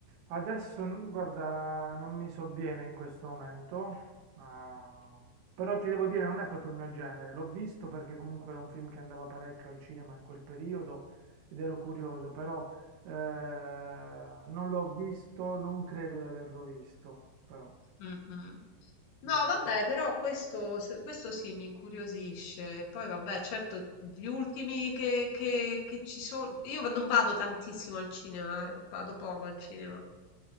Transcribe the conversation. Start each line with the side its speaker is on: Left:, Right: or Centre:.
Right: Adesso, n- guarda, non mi sovviene in questo momento, ah, però ti devo dire, non è proprio il mio genere. L'ho visto perché comunque era un film che andava parecchio al cinema in quel periodo ed ero curioso, però eh, non l'ho visto, non credo di averlo visto, però
Left: Mm-mm. No,
Right: beh,
Left: vabbè,
Right: vedi.
Left: però questo, se- questo sì mi incuriosisce. Poi, vabbè, certo, gli ultimi che, che- che ci sono. Io non vado tantissimo al cinema, eh, vado poco al cinema.